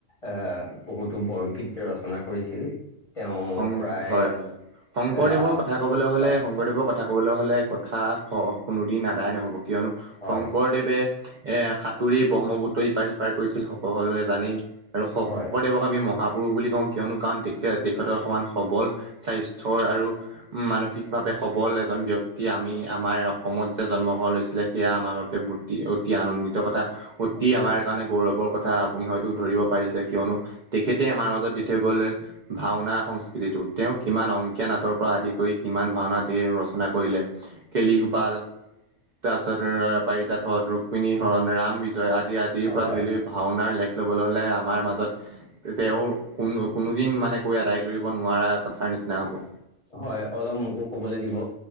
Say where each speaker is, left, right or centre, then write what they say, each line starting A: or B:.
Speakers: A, on the left (about 35°); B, on the right (about 80°).
A: আহ বহুতো বৰগীত <unintelligible> ৰচনা কৰিছিল তেওঁ
B: হয়
A: প্ৰায়
B: হয় শংকৰদেৱৰ
A: আহ
B: কথা ক'বলৈ হলে
A: হয়
B: শংকৰদেৱৰ কথা ক'বলৈ হলে কথা <inaudible> কোনোদিন আদায় নহ'ব কিয়নো
A: হয়
B: শংকৰদেৱে এ সাঁতুৰি ব্ৰহ্মপুত্ৰ ইপাৰ সিপাৰ কৰিছিল সকলোৱে জানেই আৰু শঙ্কৰদেৱক
A: হয়
B: আমি মহা পুৰুষ বুলি কওঁ কিয়নো কাৰণ তে খেতৰ সমান সবল স্বাস্থ্যৰ আৰু মানসিকভাৱে সবল এজন ব্যক্তিৰ আমি আমাৰ অসমত যে জন্মগ্ৰহণ হৈছিলে সেয়া আমাৰ বাবে বতি অতি আনন্দিত কথা অতি
A: হয়
B: আমাৰ কাৰণে গৌৰৱৰ কথা আপুনি হয়তো ধৰিব পাৰিছে কিয়নো তেখেতে আমাৰ মাজত দি থৈ গ'ল ভাওনা সংস্কৃতিটো তেওঁ কিমান অংকীয়া নাটৰ পৰা আদি কৰি কিমান ভাওনা তেওঁ ৰচনা কৰিলে কেলিগোপাল তাৰপিছত পাৰিজাত হৰণ ৰুক্মিণী হৰণ ৰাম বিজয় আ আদিৰ
A: হয়
B: পৰা ধৰি লৈ ভাওনাৰ লেখ ল'বলৈ হলে আমাৰ মাজত তেওঁ কোনো কোনোদিন মানে কৈ আদায় কৰিব নোৱাৰা কথাৰ নিচিনা হ'ব
A: হয় অলপ মোকো কবলৈ দিব